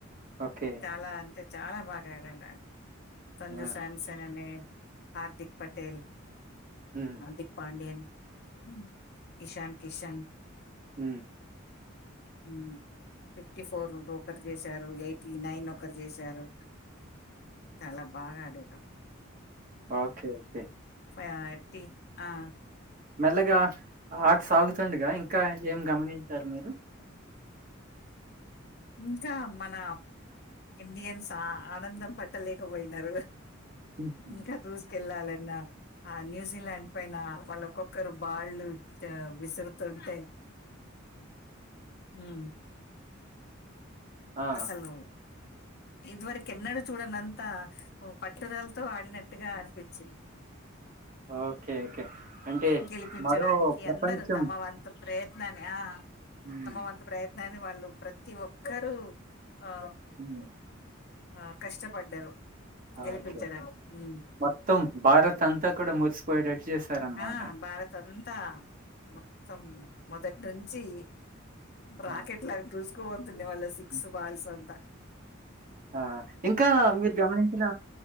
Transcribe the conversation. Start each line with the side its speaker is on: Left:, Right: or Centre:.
Right: ఓకే
Left: చాలా అంటే చాలా బాగా బెరనా సంజు
Right: ఆ
Left: సమ్సన్ అనే హార్దిక్ పటేల్
Right: ఉమ్
Left: హార్దిక్ పాండ్యన్ ఉమ్ ఇశాన్ కిశాన్
Right: ఉ
Left: ఉమ్ ఫిఫ్టీ ఫోర్ ఒకరు చేశారు ఎయిటీ నైన్ ఒకరు చేశారు చాలా బాగా ఆడేరు చాలా
Right: ఓకే అయితే
Left: ఫయార్టీ ఆ
Right: మెల్లగా ఆట సాగుతుండగా ఇంకా ఏం గమనించారు మీరు
Left: ఇంకా మన ఇండియన్స్ ఆ ఆనందం పట్టలేకపోయినారు
Right: హుహు.
Left: ఇకా దూసు వెళ్లాలన్న ఆ న్యూజిలాండ్ పైన వాళ్ళ ఒక్కొక్కరు బాల్లు విసురుతుంటే ఉమ్
Right: ఆ!
Left: అసలు ఇదివరకు ఎన్నడు చూడంని అంతా పట్టుదలతో ఆడినట్టుగా అనిపించింది.
Right: ఓకే. ఓకే. అంటే
Left: గెలిపించడానికి
Right: మరో ప్రపంచం
Left: అందరు తమ వంతు ప్రయత్ ననే ఆ
Right: హ్మ్.
Left: తమ వంతు ప్రయత్ దాని వాళ్ళు ప్రతి ఒక్కరూ ఓ
Right: హ్మ్.
Left: ఆ కష్టపడ్డారు. గెలిపించడానికి
Right: ఓకే
Left: ఉమ్
Right: మొత్తం భారత్ అంతా కూడా మురిసిపోయేటట్టు చేసారనమాట.
Left: ఆ భారత్ అంతా మొత్తం మొదటి నుంచి. రాకెట్
Right: ఆ!
Left: లాగా దూసుకు పోతుండే వాల్
Right: హ్మ్.
Left: వాల్ సంత
Right: ఆ ఇంకా మీరు గమనించిన